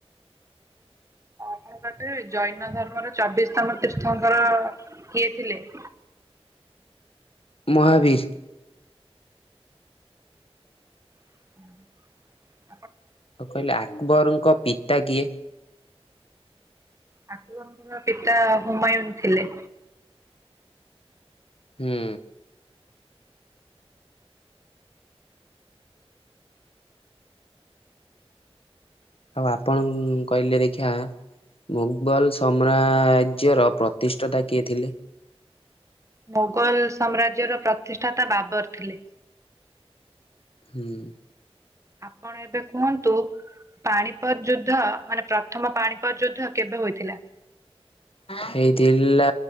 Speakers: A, on the left; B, on the right.
A: <inaudible>
B: ଆପଣ କହିପାରିବେ, ଜୈନ ଧର୍ମର ଚବିଶ୍ ତମ ତୀର୍ଥଙ୍କର କିଏ ଥିଲେ। <inaudible>
A: ମହାବୀର୍।
B: <inaudible>
A: ଆଉ କହିଲେ ଆକବରଙ୍କ ପିତା କିଏ?
B: ଆକବରଙ୍କର୍ ପିତା ହୁମାୟୁନ୍ ଥିଲେ।
A: ହୁଁ। ଆଉ ଆପଣ କହିଲେ ଦେଖିୟା ମୋଗଲ ସମ୍ରା ରାଜ୍ୟର ପ୍ରତିଷ୍ଠତା କିଏ ଥିଲେ?
B: ମୋଗଲ ସାମ୍ରାଜ୍ୟର ପ୍ରତିଷ୍ଠାତା ବାବର ଥିଲେ।
A: ହୁଁ।
B: ଆପଣ ଏବେ କୁହନ୍ତୁ ପାଣିପଦ ଯୁଦ୍ଧ, ମାନେ ପ୍ରଥମ ପାଣିପଦ ଯୁଦ୍ଧ କେବେ ହୋଇଥିଲା?
A: ହେଇଥିଲା